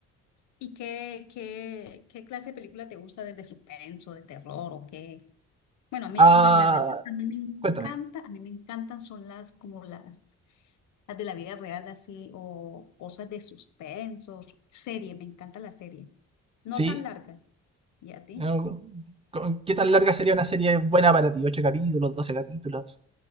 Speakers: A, on the left (about 75°); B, on the right (about 20°).
A: ¿Y qué, qué, qué clase de película te gusta? ¿De de suspenso, de terror o qué? Bueno, a mí,
B: Ah,
A: pues la verdad, a mí me encanta,
B: cuéntame,
A: a mí me encantan son las como las, las de la vida real así o cosas de suspenso, serie, me encanta la serie. No
B: ¿sí?
A: tan largas, ¿y a ti?
B: Eh, ¿con- ¿Qué tan larga sería una serie buena para ti? Ocho capítulos, doce capítulos,